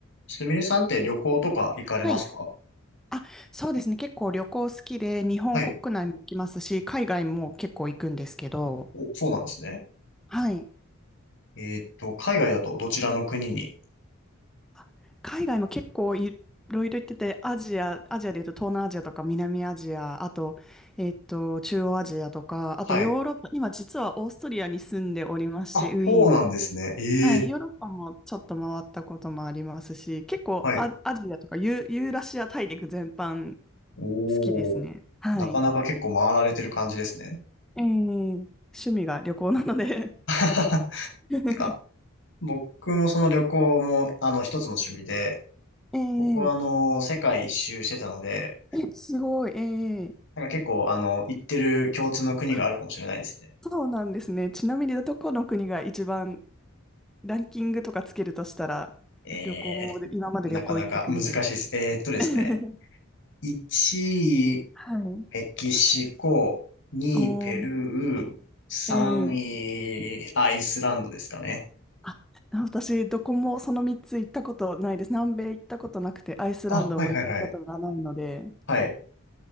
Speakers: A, on the left; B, in the centre.
A: すみれさんって旅行とか行かれますか
B: はい。あ、そうですね。結構旅行好きで、日本国内も行きますし、
A: はい。
B: 海外も結構行くんですけど、
A: お、そうなんですね。
B: はい。
A: えーっと、海外だとどちらの国に
B: あ海外も結構いろいろ行ってて、アジア、アジアでいうと東南アジアとか南アジア、あと、えっと、中央アジアとか、あとヨーロッパ、
A: はい。
B: 今実はオーストリアに住んでおりまして、
A: あ、
B: ウィーンに。
A: そうなんですね。ええ
B: はい。ヨーロッパもちょっと回ったこともありますし、結構ア、
A: はい。
B: アジアとかユー、ユーラシア大陸全般
A: おー。
B: 好きですね。はい。
A: なかなか結構回られてる感じですね。
B: ええ、趣味が旅行なので
A: <laughs>
B: <laughs>
A: なんか、僕もその旅行も、あの、一つの趣味で、
B: ええ、
A: 僕はあの、世界一周してたので、
B: え、すごい、ええ、
A: なんか結構、あの、行ってる共通の国があるかもしれないですね。
B: あ、そうなんですね。ちなみにどこの国が一番ランキングとかつけるとしたら、
A: ええ
B: 旅行で、今まで旅行行った国で。
A: なかなか難しいです。えーっとですね。
B: <laughs>
A: 1位、
B: はい。
A: メキシコ、2、
B: <laughs>
A: ペル
B: おー、
A: ー、3位、
B: ええ、
A: アイスランドですかね。
B: あ、私、どこもその3つ行ったことないです。南米行ったことなくて、アイスランドも行ったことがないので。
A: あ、はいはいはい。はい。